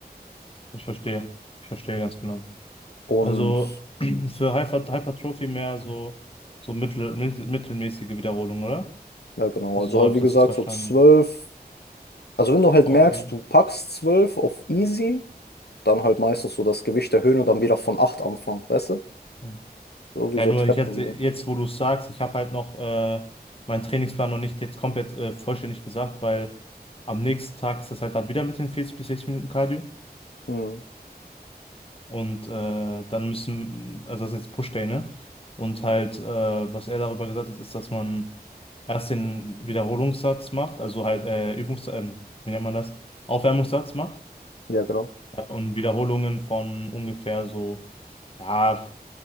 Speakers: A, on the left; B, on the left.
A: ich verstehe. Ich verstehe ganz genau.
B: Und
A: Also <clears throat> für Hyper, Hypertrophie mehr so, so mittel, mittel, mittelmäßige Wiederholung, oder?
B: ja, genau,
A: Also
B: also
A: so
B: halt
A: habe
B: wie
A: ich das
B: gesagt,
A: jetzt verstanden.
B: so zwölf Also wenn du halt
A: Okay.
B: merkst, du packst 12 auf easy, dann halt meistens so das Gewicht erhöhen und dann wieder von 8 anfangen, weißt du?
A: Ja,
B: So wie
A: ja
B: so
A: nur
B: Treppen.
A: ich jetzt,
B: So.
A: jetzt, wo du es sagst, ich habe halt noch äh, meinen Trainingsplan noch nicht jetzt komplett äh, vollständig gesagt, weil am nächsten Tag ist das halt dann wieder mit den 40 bis 60 Minuten Cardio.
B: Hm.
A: Und äh, dann müssen, also das ist jetzt Push-Day, ne? Und halt, äh, was er darüber gesagt hat, ist, dass man erst den Wiederholungssatz macht, also halt äh, Übungs, ähm, wie nennt man das? Aufwärmungssatz macht
B: Ja, genau.
A: äh, und Wiederholungen von ungefähr so, ja,